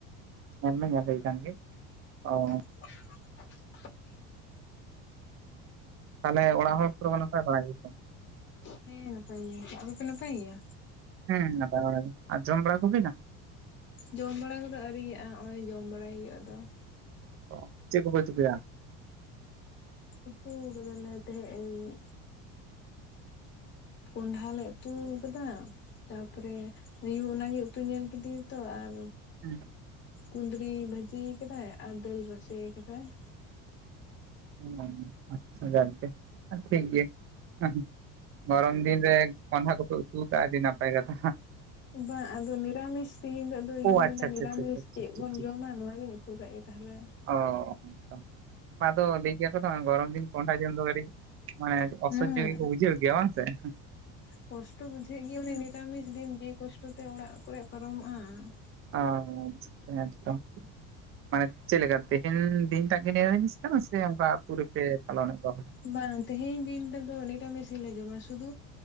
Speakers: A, on the right (about 40°); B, on the left (about 35°).
A: ᱢᱮᱱ-ᱢᱮ ᱧᱮᱞ ᱦᱳᱭ ᱠᱟᱱ ᱜᱮ, ᱚ ᱾
B: ᱴᱷᱤᱝ-ᱧᱚᱜ-ᱰᱷᱮ--ᱠᱚᱡ-ᱡᱷᱤᱧᱚᱜ ᱾
A: ᱛᱟᱞᱦᱮ ᱚᱲᱟᱜ ᱦᱚᱲ ᱯᱩᱨᱟᱹ ᱠᱚ ᱱᱟᱯᱟᱭ ᱵᱟᱲᱟ ᱜᱮᱭᱟ ᱠᱚ ᱾
B: ᱦᱮᱸ, ᱱᱟᱯᱟᱭ ᱜᱮᱭᱟ ᱟᱯᱮᱯᱮ ᱱᱟᱯᱟᱭ ᱜᱮᱭᱟ?
A: ᱦᱮᱸ ᱱᱟᱯᱟᱭ ᱵᱟᱲᱟ ᱜᱮ ᱟᱨ ᱡᱚᱢ ᱵᱟᱲᱟ ᱠᱚ ᱦᱩᱣᱱᱟ?
B: ᱡᱚᱢ ᱵᱟᱲᱟ ᱠᱚᱫᱚ ᱟᱹᱣᱨᱤᱭᱟᱜᱼᱟ ᱱᱚᱜ ᱚᱚᱭ ᱡᱚᱢ ᱵᱟᱲᱟᱭ ᱦᱳᱭᱳᱜ ᱟ ᱟᱫᱚ ᱾
A: ᱚ, ᱪᱮᱜ ᱠᱚᱯᱮ ᱪᱤᱠᱟᱹᱭᱟ?
B: ᱩᱛᱩ ᱠᱟᱫᱟ ᱞᱮ ᱛᱮᱹᱦᱮ ᱤᱧ ᱠᱚᱸᱰᱷᱟ ᱞᱮ ᱩᱛᱩ ᱟᱠᱟᱫᱟ ᱛᱟᱯᱚᱨᱮ ᱟᱭᱩ ᱚᱱᱟᱜᱮ ᱩᱛᱩ ᱧᱮᱞ ᱠᱤᱫᱤᱭᱟ ᱛᱚ ᱟᱨ
A: ᱦᱮᱸᱦ,
B: ᱠᱩᱸᱫᱽᱨᱤ ᱵᱷᱟᱹᱡᱤ ᱟᱠᱟᱫᱟᱭ ᱟᱨ ᱫᱟᱹᱞ ᱨᱟᱥᱮᱹ ᱟᱠᱟᱫᱟᱭ ᱾
A: <unintelligible> ᱟᱪ-ᱪᱷᱟ ᱜᱚᱝᱠᱮ <unintelligible> ᱴᱷᱤᱠ ᱜᱮᱭᱟ, ᱩᱦᱸᱩ ᱜᱚᱨᱚᱢ ᱫᱤᱱ ᱨᱮ ᱠᱚᱸᱦᱰᱷᱟ ᱠᱚᱯᱮ ᱩᱛᱩ ᱟᱠᱟᱜ-ᱟ ᱟ. ᱰᱤ ᱱᱟᱯᱟᱭ ᱠᱟᱛᱷᱟ ᱾
B: ᱵᱟᱝ ᱟᱫᱚ ᱱᱤᱨᱟᱢᱤᱥ ᱛᱮᱦᱮᱧ ᱟᱫᱚ ᱭᱩᱭ
A: ᱳ ᱟᱪᱪᱷᱟ
B: ᱢᱮᱱᱫᱟ
A: ᱟᱪᱪᱷᱟ
B: ᱱᱤᱨᱟᱢᱤᱥ
A: ᱟᱪᱪᱷᱟ
B: ᱪᱮᱫ
A: ᱴᱷᱤᱠ ᱴᱷᱤᱠ
B: ᱵᱚᱱ
A: ᱴᱷᱤᱠ
B: ᱡᱚᱢᱟ ᱱᱚᱣᱟ ᱜᱤᱧ ᱩᱛᱩ ᱠᱟᱜ ᱜᱮ ᱛᱟᱞᱦᱮ ᱾
A: ᱚ ᱚᱝᱠᱟ ᱾ ᱛᱚ ᱞᱟᱹᱭ ᱜᱮᱭᱟ ᱠᱚ ᱛᱚ ᱜᱚᱨᱚᱢ ᱫᱤᱱ ᱠᱚᱸᱦᱰᱟ ᱡᱚᱢ ᱫᱚ ᱠᱟᱹᱴᱤᱡ ᱢᱟᱱᱮ ᱪᱮᱫ? ᱚᱥᱚᱡ-ᱡᱚ
B: ᱦᱩᱸ
A: ᱜᱮ ᱠᱚ ᱵᱩᱡᱷᱟ, ᱜᱮᱭᱟ ᱵᱟᱝ ᱥᱮ? ᱮᱸᱦᱜ ᱾
B: ᱠᱚᱥᱴᱚ ᱵᱩᱡᱷᱟᱹᱜ ᱜᱮᱭᱟ ᱢᱚᱱᱮ ᱱᱤᱨᱟᱢᱤᱥ ᱫᱤᱱ ᱡᱮ ᱠᱚᱥᱴᱚ ᱛᱮ ᱚᱲᱟᱜ ᱠᱚᱨᱮ ᱯᱟᱨᱚᱢᱚᱜ-ᱟ ᱾
A: ᱚ, ᱦᱮᱸᱛ <unintelligible> ᱢᱟᱱᱮ ᱪᱮᱫ ᱞᱮᱠᱟ ᱛᱮᱦᱤᱱ ᱫᱤᱱ ᱴᱟᱜ ᱜᱮ ᱱᱤᱨᱟᱢᱤᱥ? ᱥᱮ <unintelligible> ᱚᱱᱠᱟ ᱟᱛᱩ ᱨᱮᱯᱮ ᱪᱟᱞᱚᱱ ᱮᱜ ᱠᱚᱣᱟ?
B: ᱵᱟᱝ, ᱛᱮᱹᱦᱮᱹᱧ ᱫᱤᱱ ᱨᱮᱫᱚ ᱱᱤᱨᱟᱢᱤᱥ ᱜᱮᱞᱮ ᱡᱚᱢᱟ ᱥᱩᱫᱩ